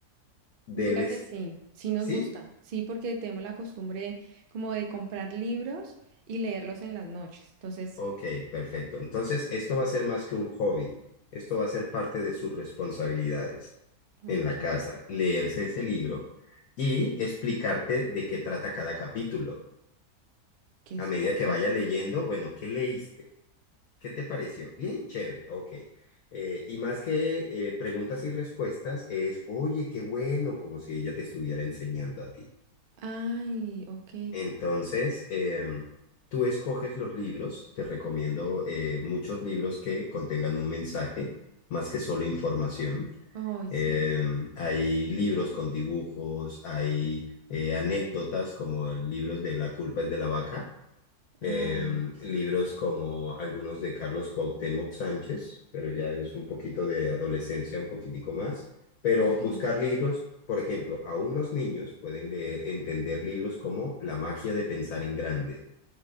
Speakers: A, on the left (about 65°); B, on the right (about 55°).
A: debes...
B: Mira que sí, sí nos
A: ¿Sí?
B: gusta, sí, porque tenemos la costumbre como de comprar libros y leerlos en las noches. Entonces,
A: Ok, perfecto.
B: Mm.
A: Entonces, esto va a ser más que un hobby. Esto va a ser parte de sus responsabilidades
B: ok,
A: en la casa, leerse ese libro y explicarte de qué trata cada capítulo.
B: ¿qué es?
A: A medida
B: Ok.
A: que vaya leyendo, bueno, ¿qué leíste? ¿Qué te pareció? Bien, chévere, ok. Eh, y más que eh, preguntas y respuestas, es, oye, qué bueno, como si ella te estuviera enseñando a ti.
B: Ay, ok.
A: Entonces, em, tú escoges los libros, te recomiendo eh, muchos libros que contengan un mensaje, más que solo información.
B: Ay,
A: Em,
B: sí.
A: hay libros con dibujos, hay eh, anécdotas como el libro de La culpa es de la vaca Em,
B: Ah,
A: libros como algunos de Carlos Cuauhtémoc Sánchez, pero ya es un poquito de adolescencia, un poquitico más. Pero
B: ok.
A: buscar libros, por ejemplo, aún los niños pueden leer- entender libros como La magia de pensar en grande.